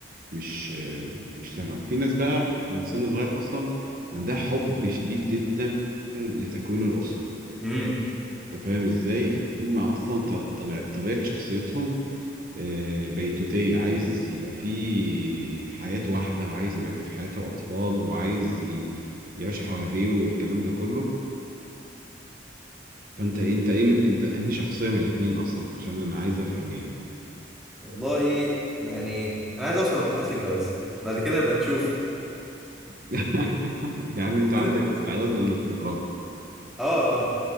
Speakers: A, on the right (about 50°); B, in the centre.
A: مش مش سهل في ناس بقى من سن صغير اصلا عندها حب شديد جدا لتكوين الاسرة
B: امم
A: انت فاهم ازاي؟ يعني هم اصلا ط- طبيع- طبيعة شخصيتهم آه، بيتوتية عايز يبقى فيه في حياته واحدة وعايز يبقى فيه في حياته أطفال وعايز ي- يعيش حواليه والكلام ده كله فأنت أنت إيه من أنت أنهي شخصية من الاتنين أصلا عشان أنا عايز أفهم يعني
B: والله يعني انا عايز اوصل لمرحلة الجواز بعد كده نبقى نشوف
A: <laughs> يعني أنت عندك
B: <laughs>
A: استعداد للاستقرار
B: اه اه